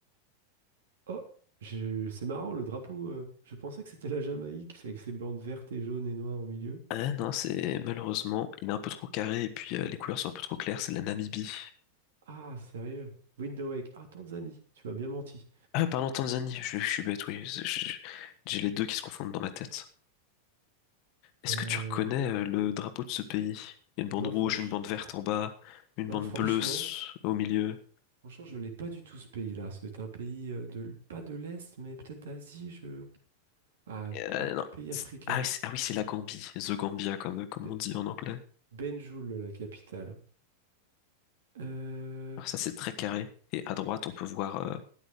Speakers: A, on the right; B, on the left.
A: Oh, je- c'est marrant, le drapeau. euh, je pensais que c'était la Jamaïque, avec ses bandes vertes et jaunes et noires au milieu.
B: Ah non, c'est malheureusement, il est un peu trop carré et puis euh, les couleurs sont un peu trop claires, c'est la Namibie.
A: Ah, sérieux. Window Wake. Ah, Tanzanie, tu m'as bien menti.
B: Ah, pardon, Tanzanie, je, je suis bête, oui, je- je- j'ai les deux qui se confondent dans ma tête. Est-ce
A: Euh,
B: que tu reconnais euh, le drapeau de ce pays? Il y a une bande
A: non,
B: rouge,
A: franch-
B: une bande verte
A: fr-
B: en bas, une
A: non,
B: bande
A: franchement,
B: bleue s- au milieu.
A: franchement, je l'ai pas du tout ce pays-là. C'est un pays euh, de, l- pas de l'Est, mais peut-être d'Asie, je... Ah,
B: Euh,
A: ah,
B: non.
A: pays
B: C'est-
A: africain.
B: Ah, oui, c'est ah oui, c'est la Gambie, The Gambia comme, euh, comme
A: Be-
B: on dit en anglais.
A: Banjul, la capitale. Euh,
B: Alors ça, c'est très carré. Et à droite, on peut voir euh,